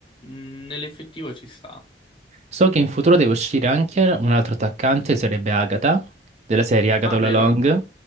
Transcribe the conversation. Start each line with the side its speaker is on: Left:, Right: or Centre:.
Left: mh, nell'effettivo ci sta.
Right: So che in futuro deve uscire anche un altro attaccante, sarebbe Agatha, della serie Agatha
Left: Ah,
Right: All
Left: vero?
Right: Along.